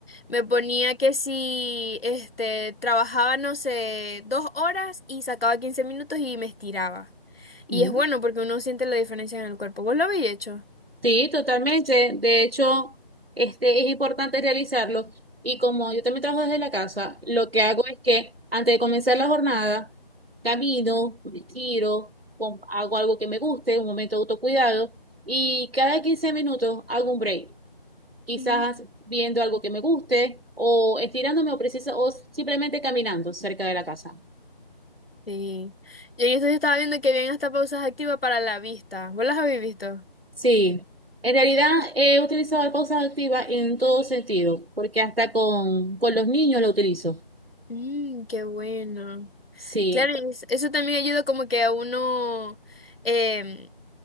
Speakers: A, on the left; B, on the right.
A: me ponía que si, este, trabajaba, no sé, dos horas y sacaba 15 minutos y me estiraba. Y
B: Ujú.
A: es bueno porque uno siente la diferencia en el cuerpo. ¿Vos lo habéis hecho?
B: Sí, totalmente. De hecho, este es importante realizarlo. Y como yo también trabajo desde la casa, lo que hago es que antes de comenzar la jornada, camino, respiro, com- hago algo que me guste, un momento de autocuidado, y cada 15 minutos hago un break, quizás
A: Mm.
B: viendo algo que me guste, o estirándome o precisa, o simplemente caminando cerca de la casa.
A: Sí. Yo en esto yo estaba viendo que habían hasta pausas activas para la vista. ¿Vos las habéis visto?
B: Sí, en realidad he utilizado la pausa activa en todo sentido, porque hasta con, con los niños lo utilizo.
A: Mmm, qué bueno.
B: Sí,
A: Claro, y es- eso también ayuda como que a uno em,